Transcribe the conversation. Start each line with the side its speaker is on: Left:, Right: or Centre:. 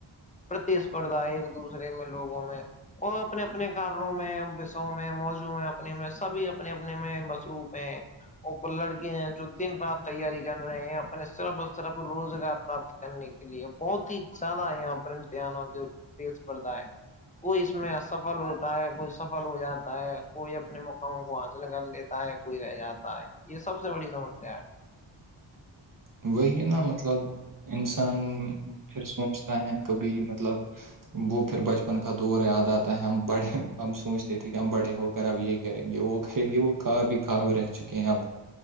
Left: پرتیسپردا ایک دوسرے میں لوگوں میں اور اپنے اپنے کاروں میں بصوں میں موضوں میں اپنے میں سبھی اپنے اپنے میں مصروف ہیں وہ کو لڑکے ہیں جو دین رات تیاری کر رہے ہیں اپن اس طرح اس طرح روزگار پراپت کرنے کے لیے بہت ہی زیادہ یہاں پر امتحانوں کیسپرھا ہے کوئی اس میں افل ہوتا ہے کوئی سفل ہو جاتا ہے کوئی اپنے مقاموں کو حاصل کر لیتا ہے کوئی رہ جاتا ہے یہ سب سے بڑی سمسیا ہے
Right: وہی ہے نا مطلب انسان پھر سوچتا ہے کبھی مطلب وہ پھر بچپن کا دور یاد آتا ہے ہم بڑے ہم سوچتے تھے کہ ہم بڑے ہو اب یہ کریں گے وہ کریں گے وہ کاب بھی خاب رہ چکے ہیں اب